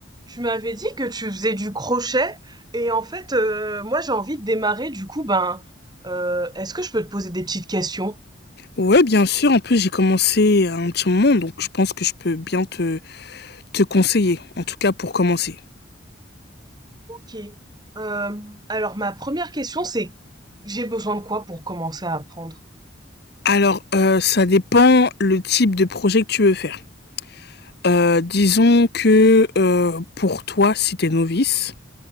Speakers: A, on the right; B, on the left.
A: Tu m'avais dit que tu faisais du crochet et en fait, euh, moi j'ai envie de démarrer. Du coup, ben, euh, est-ce que je peux te poser des petites questions?
B: Ouais, bien sûr. En plus, j'ai commencé à un petit moment, donc je pense que je peux bien te, te conseiller, en tout cas pour commencer.
A: Ok. Euh, alors ma première question c'est, j'ai besoin de quoi pour commencer à apprendre?
B: Alors, euh, ça dépend le type de projet que tu veux faire. Euh, disons que euh, pour toi, si t'es novice,